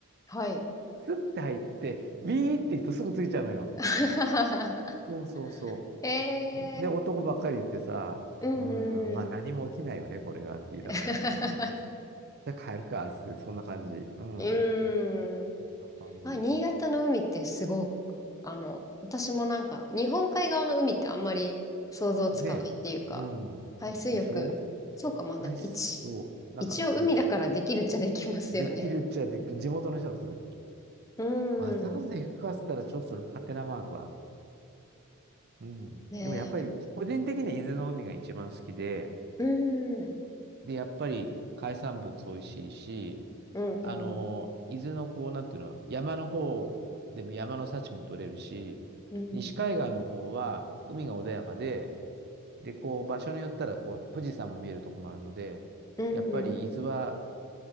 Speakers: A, on the left; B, on the right.
A: はい。
B: スッて入って、ビーって行くとすぐついちゃうのよ。
A: <laughs>
B: そうそうそ
A: ええ
B: う。で、男ばっかりってさ、
A: うん
B: うーん、まあ何も起きないよね、
A: うん。
B: これはって言いながら。
A: <laughs>
B: うん、じゃあ帰るか、っつって、そんな感じ。うん。
A: うーん。
B: そんな感じ。
A: まあ、新潟の海ってすごく、あの、私もなんか、日本海側の海ってあんまり想像つかないっていうか、
B: で、うん。
A: 海水浴、
B: でしょ
A: そうか、まあでも一、
B: アイスを、なんか、
A: 一応海だからできるっちゃできますよね。
B: うん。できるっちゃできる。地元の人が来る。
A: うーん。
B: わざわざ行くかっつったらちょっとハテナマークは。うん。
A: ねえ。
B: でもやっぱり個人的には伊豆の海が一番好きで、
A: うーん。
B: で、やっぱり海産物美味しいし、
A: うんうん。
B: あの、伊豆のこう、なんていうの、山の方でも山の幸も取れるし、
A: うん。
B: 西海岸の方は海が穏やかで、で、こう、場所によったら、こう、富士山も見えるとこもあるので、
A: うん。
B: やっぱり伊豆は